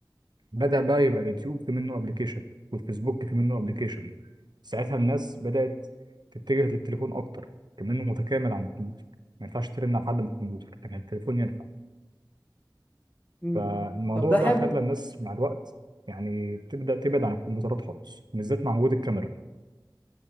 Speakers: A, on the right (about 60°); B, on the left (about 20°).
A: بدأ بقى يبقى اليوتيوب في منه أبلكيشن والفيسبوك في منه أبلكيشن ساعتها الناس بدأت تتجه للتليفون أكتر كمان متكامل عن الكمبيوتر ما ينفعش ترن على حد من الكمبيوتر كان التليفون ينفع
B: مم.
A: فالموضوع
B: طب ده
A: ده
B: حلو
A: خلى الناس مع الوقت يعني تبدأ تبعد عن الكمبيوترات خالص بالذات مع وجود الكاميرا